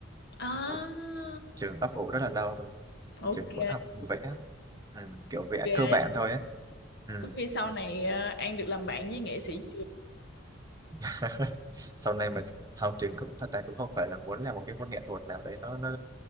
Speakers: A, on the left (about 60°); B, on the right (about 20°).
A: à
B: Đó. trường ấp ủ rất là lâu rồi
A: ok
B: trường muốn học vẽ ừ, kiểu vẽ
A: ok
B: cơ bản thôi ấy ừ.
A: có khi sau này ờ, An được làm bạn với nghệ sĩ Trường
B: <laughs> sau này mà không trường cũng thật ra cũng không phải là muốn làm một cái môn nghệ thuật nào đấy nó nó